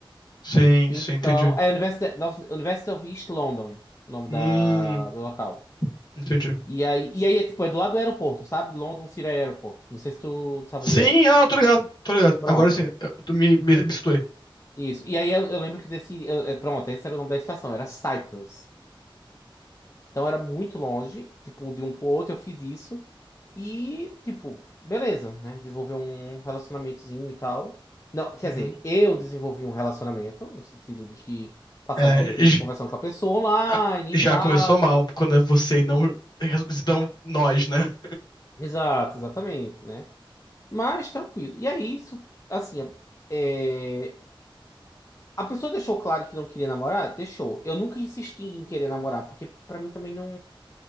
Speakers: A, on the left; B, on the left.
A: Sim,
B: Então,
A: sim, entendi.
B: é University, Nova- University of East London, o nome
A: Hum,
B: da, do local.
A: entendi.
B: E aí, e aí é tipo, é do lado do aeroporto, sabe? London City Airport. Não sei se tu sabe
A: Sim,
B: onde é.
A: ah, tô ligado, tô ligado.
B: Pronto.
A: Agora sim, eu- tu me, me, me situei.
B: Isso. E aí eu, eu lembro que desse. eu- eu- pronto, esse era o nome da estação, era Cyprus. Então era muito longe, tipo, um de um pro outro, eu fiz isso. E, tipo, beleza, né? desenvolver um relacionamentozinho e tal. Não, quer
A: Uhum.
B: dizer, eu desenvolvi um relacionamento, no sentido de que passava
A: É,
B: tempo
A: j-
B: conversando com a pessoa online
A: ah, já
B: e tal.
A: começou mal quando é você
B: Hum.
A: e não, não nós, né?
B: Exato, exatamente, né? Mas tranquilo. E aí, isso, assim, é. A pessoa deixou claro que não queria namorar? Deixou. Eu nunca insisti em querer namorar, porque pra mim também não.